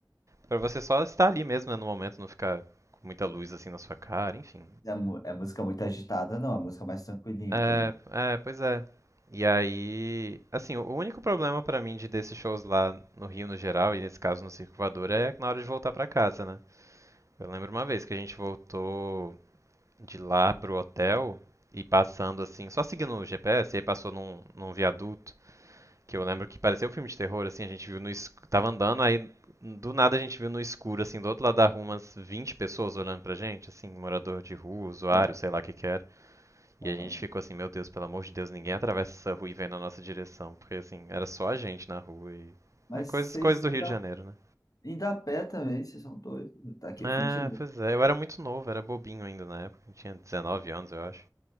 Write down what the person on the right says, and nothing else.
pra você só estar ali mesmo, né, no momento, não ficar com muita luz assim na sua cara, enfim.
É,
é, pois é. E aí, assim, o único problema pra mim de desses shows lá no Rio no geral, e nesse caso no Circo Voador, é na hora de voltar pra casa, né? Eu lembro uma vez que a gente voltou de lá pro hotel e passando assim, só seguindo o GPS, e aí passou num, num viaduto, que eu lembro que parecia um filme de terror, assim, a gente viu no escuro, tava andando, aí do nada a gente viu no escuro, assim, do outro lado da rua umas 20 pessoas olhando pra gente, assim, morador de rua, usuário,
sei lá o que que era. E
a gente ficou assim, meu Deus, pelo amor de Deus, ninguém atravessa essa rua e vem na nossa direção. Porque assim, era só a gente na rua e.
Ah, coisas,
coisas do
Rio de Janeiro, né?
Ah,
pois é, eu era muito novo, era bobinho ainda na época. Eu tinha 19 anos, eu acho.